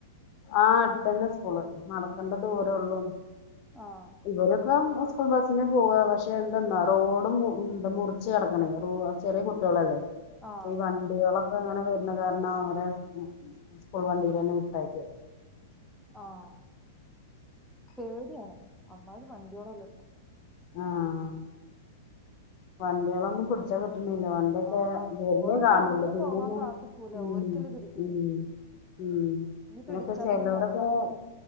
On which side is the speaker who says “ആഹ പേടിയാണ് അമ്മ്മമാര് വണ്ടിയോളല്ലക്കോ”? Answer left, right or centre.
Centre